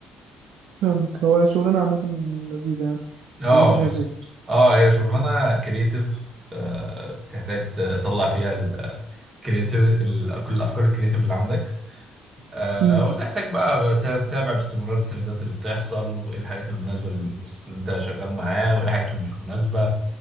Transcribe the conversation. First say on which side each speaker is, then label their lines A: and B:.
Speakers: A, on the right; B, on the right.
A: فاهمك هو شغلانة عامة لذيذة يعني
B: اه
A: ولا انت
B: بالظبط
A: شايف ايه
B: اه هي شغلانه كرييتيف بتحتاج تطلع فيها الكرييتيف كل الافكار الكرييتيف اللي عندك آه
A: مم.
B: وتحتاج بقى بت- تتابع باستمرار الترندات اللي بتحصل وايه الحاجات المناسبه للبيزنس اللي انت شغال معاه وايه الحاجات اللي مش مناسبه